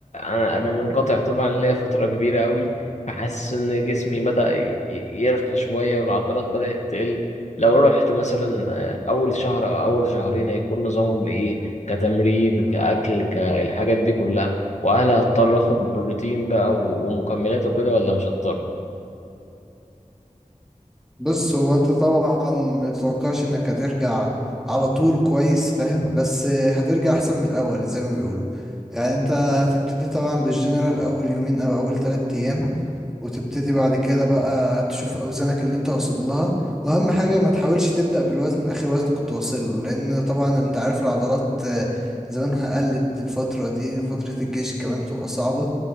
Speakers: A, on the left; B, in the centre.
A: انا انا منقطع طبعا ليا فتره كبيره قوي فحاسس ان جسمي بدا ي- يرخى شويه والعضلات بدات تقل لو رحت مثلا آه، اول شهر او اول شهرين هيكون نظامهم ايه كتمرين كاكل كالحاجات دي كلها وهل هضطر اخد بروتين بقى و- ومكملات وكده ولا مش هضطر
B: بص هو انت طبعا متتوقعش انك هترجع على طول كويس فاهم بس هترجع احسن من الاول زي ما بيقولوا يعني انت هتبتدي طبعا بالجنرال اول يومين او اول تلات ايام وتبتدي بعد كده بقى تشوف اوزانك اللي انت واصل لها واهم حاجة ما تحاولش تبدأ بالوزن اخر وزن كنت واصل له لان طبعا انت عارف العضلات آه، زمانها قلت الفترة دي فترة الجيش كمان بتبقى صعبة